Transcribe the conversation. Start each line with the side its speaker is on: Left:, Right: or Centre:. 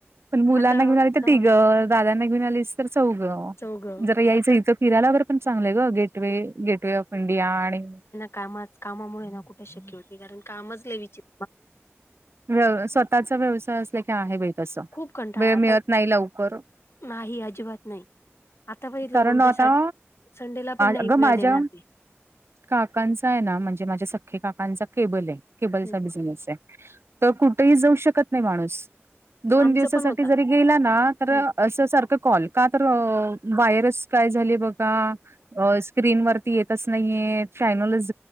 Right: पण मुलांना
Left: आता
Right: घेऊन आली तर
Left: अ
Right: तिघ, दादांना घेऊन आलीस तर चौघं.
Left: चौघं
Right: जरा यायचं,
Left: आता
Right: इथं फिरायल्यावरर पण चांगलंय ग, गेटवे, गेटवे ऑफ इंडिया, आणि
Left: कामाच, कामामुळे ये ना कुठे शक्य होत नाही, कारण कामच लई विचित्
Right: व्य व्य स्वतःचा व्यवसाय असला की आहे बाई तसा,
Left: खूप कंटाळा
Right: वेळ
Left: आता
Right: मिळत नाही लवकर.
Left: नाही अजिबात नाही, आ आता बघीतल
Right: कारण
Left: उद्या,
Right: आता
Left: संडेला पण नाही
Right: अगं
Left: वेळ
Right: माझ्या
Left: देणार ते.
Right: काकांचा आहे ना म्हणजे माझ्या सख्खे काकांचा केबल आहे. केबलच
Left: हं,
Right: बिनेस
Left: हं,
Right: आहे, तर
Left: हं.
Right: कुठेही जाऊ शकत नाही माणूस, दोन
Left: आमचं
Right: दिवसासाठी
Left: पण होता
Right: जरी गेला ना तर
Left: हं.
Right: अस सारखं कॉल का तर वायरस काय झाली बघ. का, आ स्क्रीन वरती येतच नाहीये चॅनलच.